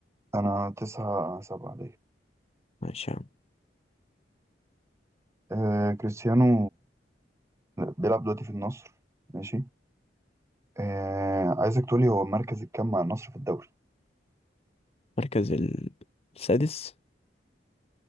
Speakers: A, on the right; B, on the left.
A: أنا تسعة سبعة
B: ماشي يا عم
A: آه كريستيانو بيلعب دلوقتي في النصر ماشي آه عايزك تقولي هو مركز الكام مع النصر في الدوري
B: مركز السادس